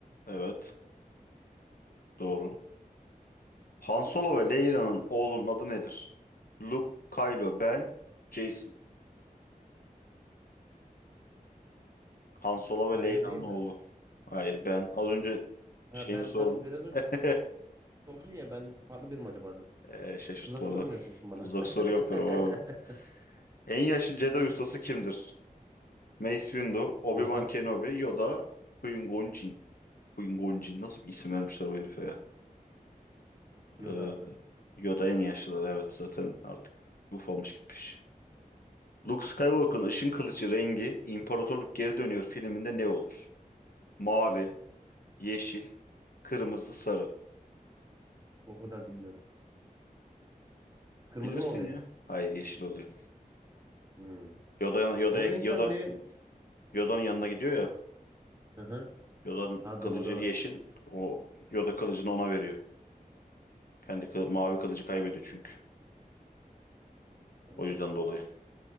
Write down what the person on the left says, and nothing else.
Evet, doğru. Han Solo ve Leyla'nın oğlunun adı nedir? Luke, Kylo, Ben, Jason. Han Solo ve
Leyla'nın
oğlu.
Hayır, Ben. Az önce
şeyini
sordum.
<laughs>
Ee, şaşırt
valla.
Tuzak
soru yapıyorum abi. En yaşlı Jedi ustası kimdir? Mace Windu, Obi-Wan
Kenobi, Yoda, Qui-Gon Jinn. Queen Gonjin nasıl bir isim vermişler bu herife ya?
Ee,
Yoda en yaşlıları evet zaten artık ufalmış gitmiş. Luke Skywalker'ın ışın kılıcı rengi İmparatorluk Geri Dönüyor filminde ne olur? Mavi, yeşil, kırmızı, sarı.
Bilirsin
ya. Hayır yeşil oluyor.
Yoda, Yoda'ya
Yoda,
Yoda'nın yanına gidiyor ya.
Yoda'nın
kılıcı
yeşil. O Yoda kılıcını ona veriyor. Kendi kıl-
mavi kılıcı kaybediyor çünkü.
O yüzden dolayı.